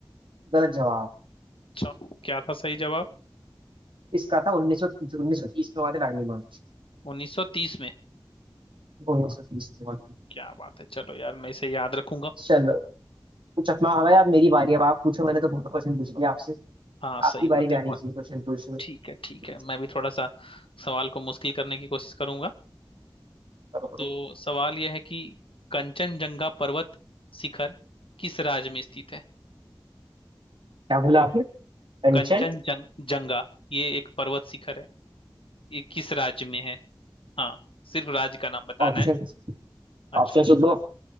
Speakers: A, on the right; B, on the left.
A: गलत जवाब
B: अच्छा क्या था सही जवाब
A: इसका था 1930 1930 में हुआ था दांडी मार्च
B: 1930 में
A: 1930 में हुआ था
B: क्या बात है चलो यार मैं इसे याद रखूंगा
A: चलो तो चकमा आ गया अब मेरी बारी अब आप पूछो मैंने तो बहुत क्वेश्चन पूछ लिया आपसे
B: हाँ सही
A: आपकी बारी
B: बात
A: भी
B: है
A: आनी
B: को-
A: चाहिए क्वेश्चन पूछने
B: ठीक है
A: पूछो,
B: ठीक है मैं भी थोड़ा सा सवाल को मुश्किल करने की कोशिश करूंगा
A: करो करो
B: तो सवाल यह है कि कंचनजंगा पर्वत शिखर किस राज्य में स्थित है
A: क्या बोला आपने कंचन
B: कंचनजंगा ये एक पर्वत शिखर है ये किस राज्य में है हाँ सिर्फ राज्य का नाम बताना
A: ऑप्शन
B: है अच्छा
A: ऑप्शन तो
B: ऑप्शन
A: दो